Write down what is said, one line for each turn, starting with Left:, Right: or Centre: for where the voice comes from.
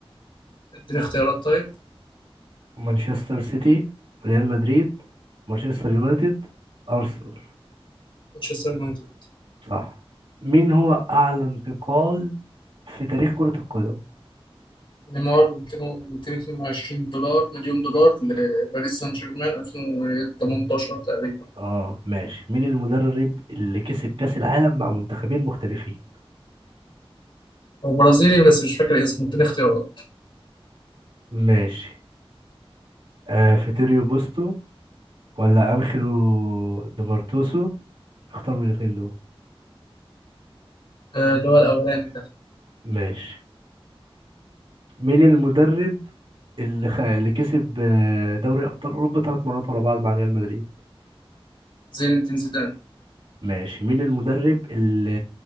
Left: اديني اختيارات طيب
Right: مانشستر سيتي ريال مدريد مانشستر يونايتد أرسنال
Left: مانشستر يونايتد
Right: صح مين هو أعلى انتقال في تاريخ كرة القدم
Left: نيمار ب 222 دولار مليون دولار لباريس سان جيرمان 2018 تقريبا
Right: اه ماشي مين المدرب اللي كسب كأس العالم مع منتخبين مختلفين
Left: هو برازيلي بس مش فاكر اسمه اديني اختيارات
Right: ماشي آه فيتوريو بوستو ولا أنخيلو ديمارتوسو اختار من الاثنين دول
Left: آه، اللي هو الأولاني ده
Right: ماشي مين المدرب اللي خ... اللي كسب آه، دوري أبطال أوروبا ثلاث مرات ورا بعض مع ريال مدريد
Left: زين الدين زيدان
Right: ماشي مين المدرب اللي